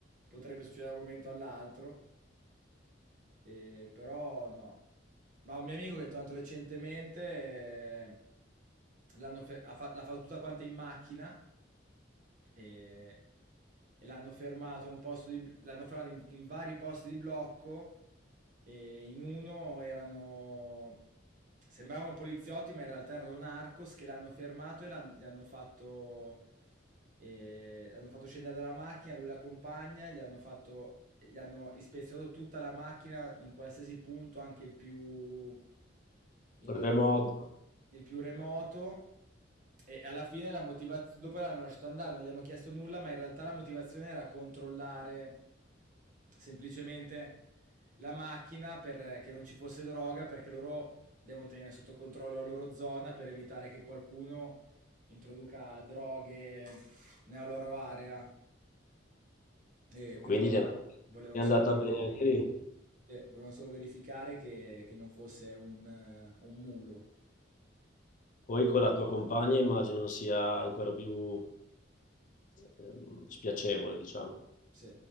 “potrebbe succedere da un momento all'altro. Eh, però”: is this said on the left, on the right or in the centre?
Right